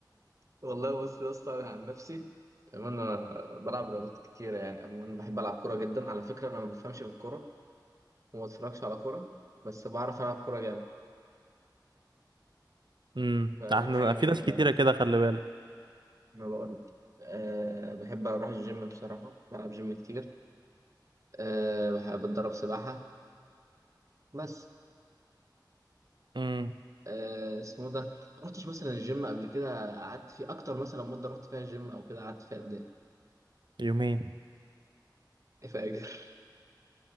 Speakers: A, on the right; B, on the right.
A: والله بص يا اسطى انا عن نفسي تمام انا بلعب رياضات كتير يعني عموما بحب العب كوره جدا على فكره انا ما بفهمش في الكوره وما بتفرجش على كوره بس بعرف العب كوره جامد
B: امم
A: فديت
B: احنا
A: حاجه
B: في
A: غريبه
B: ناس كتيره
A: يعني
B: كده خلي بالك
A: ما بقول أه بحب اروح الجيم بصراحه بلعب جيم كتير أه بحب اتدرب سباحه بس
B: امم
A: آه، اسمه ده ما رحتش مثلا الجيم قبل كده قعدت فيه اكتر مثلا مده رحت فيها الجيم او كده قعدت فيها قد
B: يومين
A: ايه فاكر